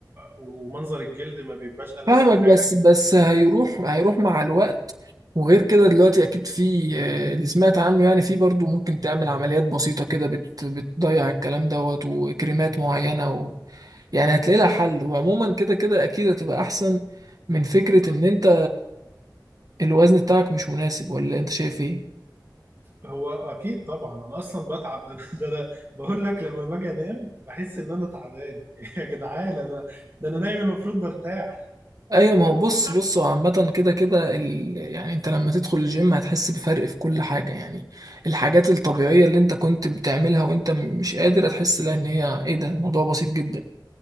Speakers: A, on the right (about 30°); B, on the right (about 55°).
A: ومنظر الجلد ما بيبقاش ألذ
B: فاهمك
A: حاجة
B: بس بس هيروح هيروح مع الوقت وغير كده دلوقتي اكيد في آه، اللي سمعت عنه يعني في برضو ممكن تعمل عمليات بسيطة كده بت بتضيع الكلام دوت وكريمات معينة و يعني هتلاقي لها حل وعموما كده كده اكيد هتبقى احسن من فكرة ان انت الوزن بتاعك مش مناسب ولا انت شايف ايه
A: هو اكيد طبعا انا اصلا بتعب ده انا <laughs> ده انا بقول لك لما باجي انام بحس ان انا تعبان <laughs> يا جدعان انا ده انا نايم المفروض برتاح
B: ايوه ما هو بص بص هو عامة كده كده ال... يعني انت لما تدخل الجيم هتحس بفرق في كل حاجة يعني الحاجات الطبيعية اللي انت كنت بتعملها وانت مش قادر هتحس لها ان هي ايه ده الموضوع بسيط جدا